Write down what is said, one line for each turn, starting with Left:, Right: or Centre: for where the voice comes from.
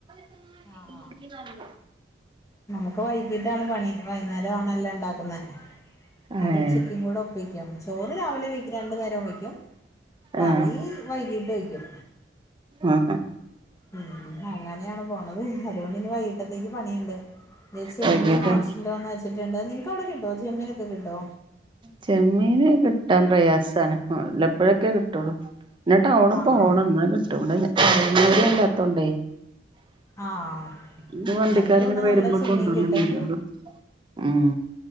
Right: <inaudible>
Left: ആഹ് ആഹ് നമുക്ക് വൈകിട്ടാണ് പണി വൈകുന്നേരമാണെല്ലോ ണ്ടാക്കുന്നേ
Right: ഏഹ്
Left: അത് ഉച്ചക്കും കൂടെ വെയ്ക്കും ചോറ് രാവിലെ വെയ്ക്കും രണ്ട് നേരം വെയ്ക്കും കറി
Right: ആഹ്
Left: വൈകീട്ട് വെയ്ക്കും.
Right: ആഹ് ഹ്
Left: ഉം അങ്ങനെയാണ് പോണത് അതുകൊണ്ട് ഇന്ന് വൈകിട്ട ത്തേക്ക് പണി ണ്ട് വെൽ ചെമ്മീൻ
Right: വൈകിട്ട്
Left: വാങ്ങിച്ചോണ്ടോന്ന് ച്ചിട്ടുണ്ട് നിങ്ങക്ക് അവിടെ കിട്ടോ? ചെമ്മീനൊക്കെ കിട്ടോ?
Right: ചെമ്മീന് കിട്ടാൻ പ്രയാസാണ് വലപ്പോഴൊക്കെ കിട്ടുള്ളൂ. പിന്നെ ടൗണ്
Left: ആഹ്
Right: പോണം
Left: ആഹ്
Right: ന്ന കിട്ടോ <unintelligible> ല്ലാത്തോണ്ടേ.
Left: ആഹ്
Right: ഇപ്പോ വണ്ടിക്കാരങ്ങനെ
Left: ഞങ്ങക്ക് ഇവിടെ നല്ല
Right: വരുമ്പോ
Left: ചെമ്മീൻ
Right: കൊണ്ടുവന്ന
Left: കിട്ടും
Right: മീനള്. ഉം